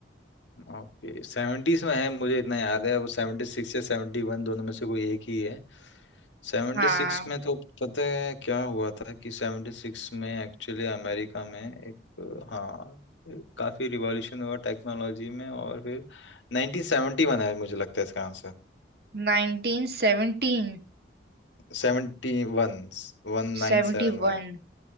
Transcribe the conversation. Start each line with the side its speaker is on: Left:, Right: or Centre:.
Left: ओके सेवेंटीज में है मुझे इतना याद है वो सेवेंटी सिक्स या सेवेंटी वन दोनों में से कोई एक ही है सेवेंटी
Right: हाँ
Left: सिक्स में तो पता है क्या हुआ था कि सेवेंटी सिक्स में एक्चुअली अमेरिका में एक अ, हाँ अ, काफी रिवॉल्यूशन हुआ टेक्नोलॉजी में और फिर 1971 है मुझे लगता है इसका आंसर
Right: 1917
Left: 71 1971
Right: 71